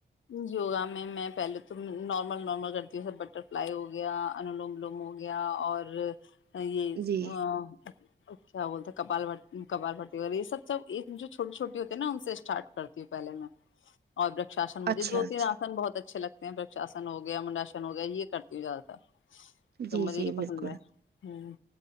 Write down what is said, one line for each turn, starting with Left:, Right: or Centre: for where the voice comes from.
Left: یوگا میں میں پہلے تو نارمل نارمل کرتی ہوں سب بٹر فلائی ہو گیا انولوملوم ہو گیا اور یہ <inaudible>
Right: جی
Left: اچ کیا بولتاال کال بتی یہ سب سب جو چھوٹی چوٹی ہوتی ہے نا ان سے اسٹارٹ کرتی ہوں پہے میں اور مجھے
Right: اچھا
Left: دو
Right: اچھا
Left: تین آسن بہت اچھے لگتے پرشاسن ہو گیا منڈاشن ہو گیا یہ کرتی ہوں زیاد تر تو
Right: جی
Left: مجھے
Right: جی
Left: یہ پسند
Right: بالکل
Left: ہے ہ